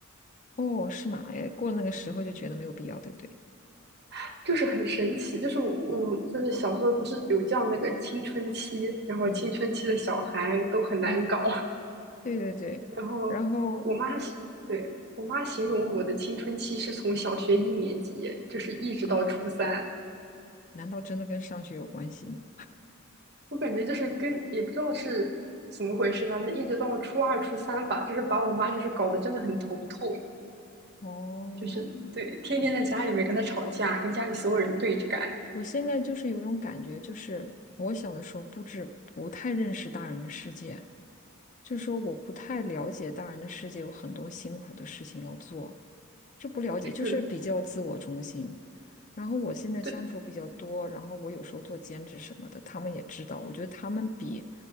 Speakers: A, on the left; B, on the right.
A: 哦，是吗？哎，过了那个时候就觉得没有必要，对不对？
B: <laughs> 就是很神奇。就是我就是小时候不是有叫那个青春期，然后青春期的小孩都很难搞。
A: 嗯嗯，对对对。
B: <laughs> 然后我妈是对我妈形容我的青春期是从小学一年级，
A: 然后
B: 就是一直到初三。
A: 啊，难道真的跟上学有关系吗？
B: 我感觉就是跟也不知道是怎么回事，反正一直到初二、初三吧，就是把我妈就是搞得真的很头痛，
A: 哦，
B: 就是对，天天在家里面跟她吵架，跟家里所有人对着干。
A: 我现在就是有种感觉，就是我小的时候不知不太认识大人的世界，就是说我不太了解大人的世界有很多辛苦的事情要做，这不了解，就是比较自我中心。
B: 是的，
A: 然后我现在相处比较多，
B: 对
A: 然后我有时候做兼职什么的，他们也知道。我觉得他们比